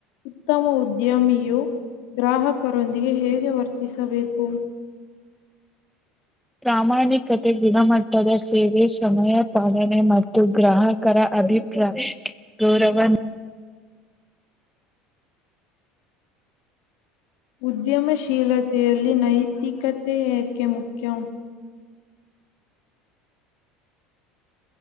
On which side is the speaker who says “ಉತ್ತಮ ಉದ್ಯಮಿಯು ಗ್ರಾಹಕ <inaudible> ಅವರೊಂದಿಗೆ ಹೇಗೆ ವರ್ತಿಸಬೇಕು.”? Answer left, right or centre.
Left